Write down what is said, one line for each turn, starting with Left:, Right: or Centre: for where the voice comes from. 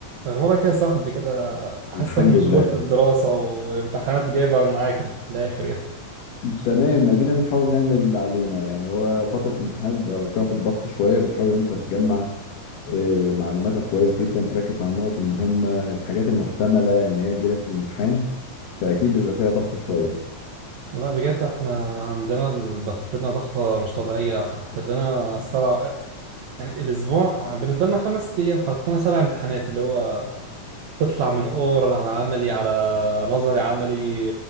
Right: أخبارك يا صاحبي كده حاسك
Left: الحمد
Right: مشغول
Left: لله
Right: في الدراسة والامتحانات جايبة معاك في الآخر يعني
Left: تمام ادينا بنحاول نعمل اللي علينا يعني هو فتره امتحانات بقى فتره ضغط شويه بتحاول انت تجمع آه، معلوماتك كويس جدا تركز على النقط المهمه الحاجات المحتمله ان هي تجيلك في الامتحان فاكيد بيبقى فيها ضغط شويه
Right: لا بجد احنا عندنا ال- ضغطنا ضغطة مش طبيعية حط لنا سبع يعني الأسبوع بالنسبة لنا خمس أيام حط لنا سبع امتحانات اللي هو تطلع من أورال على عملي على نظري عملي